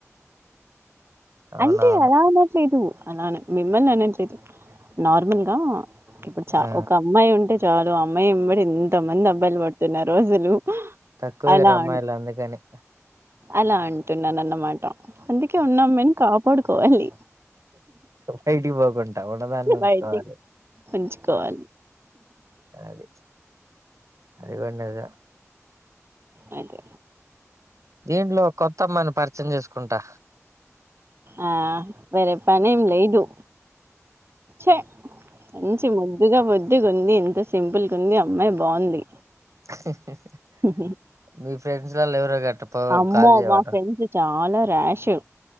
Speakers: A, on the right; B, on the right.
A: అవునవును
B: అంటే అలా అనట్ ట్లేదు అలానే మిమ్మల్ని అనట్లేదు నార్మల్గా ఇప్పుడు చా
A: ఆ
B: ఒక అమ్మాయి ఉంటే చాలు ఆ అమ్మాయి ఎంబడి ఎంత మంది అబ్బాయిలు పడుతున్నారో అసలు
A: తక్కువేరు
B: అలా
A: రమ్మాయిలు
B: అన్
A: అందుకనే
B: అలా అంటున్నాను అన్నమాట అందుకే ఉన్నమ్మాయిని కాపాడుకోవాలి
A: బయిటికి పోకుండ ట ఉన్న దాన్ని ఉంచుకోవాలి
B: బయటికి ఉంచుకోవాలి.
A: అది అది కూడా నిజం
B: అయితే
A: దీంట్లో ఓ కొత్తమ్మాయిని పరిచయం చేసుకుంటా
B: ఆ వేరే పనేం లేదు చ్చే మంచి ముద్దుగా బొద్దుగుంది ఎంత సింపుల్గుంది అమ్మాయి బాగుంది
A: హేహేహే
B: హ్మ్మ్
A: మీ ఫ్రెండ్స్ లల్లా ఎవరు గట్ట
B: అమ్మో!
A: కాల్ చేయమను
B: మా ఫ్రెండ్స్ చాలా రాషు